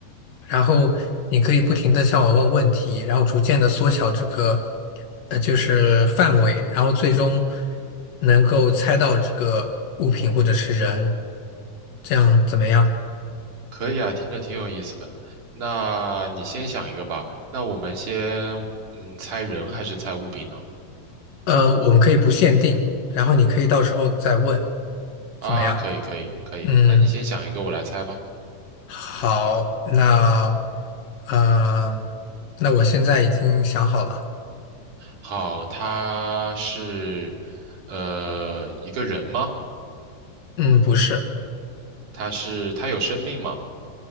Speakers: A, on the left (about 80°); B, on the right (about 70°).
A: 然后你可以不停的向我问问题，然后逐渐的缩小这个呃就是范围，然后最终能够猜到这个物品或者是人，这样怎么样？
B: 可以啊，听着挺有意思的。那你先想一个吧。那我们先，嗯，猜人还是猜物品呢？
A: 呃，我们可以不限定，然后你可以到时候再问，
B: 啊，
A: 怎么样？
B: 可以，可以，可以。
A: 嗯，
B: 那你先想一个，我来猜吧。
A: 好，那嗯、呃那我现在已经想好了，
B: 好，他是，呃，一个人吗？
A: 嗯，不是，
B: 他是，他有生命吗？